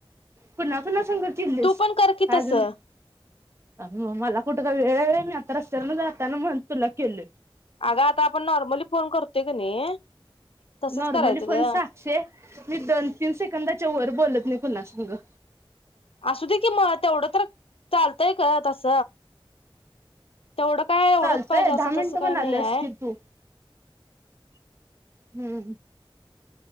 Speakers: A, on the right; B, on the left.
A: पुुना फना शंकरिल्लीस
B: तू पण कर की
A: काज
B: तसं
A: नाही म मला कुठ का वेळ वेळ मी आता रस्त्यावर जातना म्हण तुला केल
B: अगं आता आपण नॉर्मली फोन करतोय का नाही तसंच
A: नॉर्मली
B: करायचं
A: पण
B: ग
A: साक्षे मी दोन तीन सेकंदाच्या वर बोलत पुन्हा सग
B: असू दे की मग तेवढं तर चालतय ग तस तेवढं काय एवढंच
A: चालतंय
B: पाहिजे
A: दहा
B: असं
A: मिनिटं
B: तस काय
A: म्हणाल्यास
B: नाही आहे
A: की तू हम्म